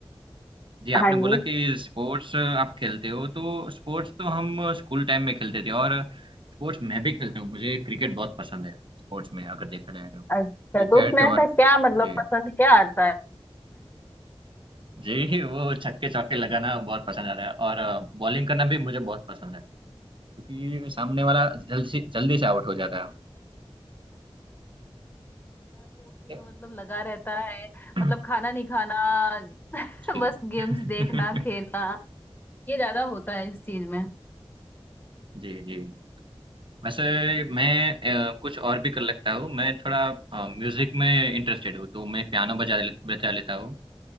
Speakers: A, on the right (about 55°); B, on the left (about 20°).
A: जी आपने
B: हाँ
A: बोला
B: जी
A: कि स्पोर्ट्स आप खेलते हो तो स्पोर्ट्स तो हम स्कूल टाइम में खेलते थे और स्पोर्ट्स मैं भी खेलता हूँ मुझे क्रिकेट बहुत पसंद है स्पोर्ट्स में अगर देखा जाए तो क्रिकेट
B: अच्छा तो उसमें
A: और
B: ऐसा क्या मतलब
A: जी
B: पसंद क्या आता है
A: जी वो छक्के चौके लगाना बहुत पसंद आता है और बॉलिंग करना भी मुझे बहुत पसंद है क्योंकि सामने वाला जल्दी से जल्दी से आउट हो जाता
B: वो उसी
A: है
B: में मतलब लगा रहता है
A: <clears throat>
B: मतलब खाना नहीं खाना <laughs>
A: जी
B: बस गेम्स
A: <laughs>
B: देखना खेलना ये ज्यादा होता है इस चीज में
A: जी जी वैसे मैं अ, कुछ और भी कर लेता हूँ मैं थोड़ा म्यूजिक में इंटरेस्टेड हूँ तो मैं पियानो बजा ले, बजा लेता हूँ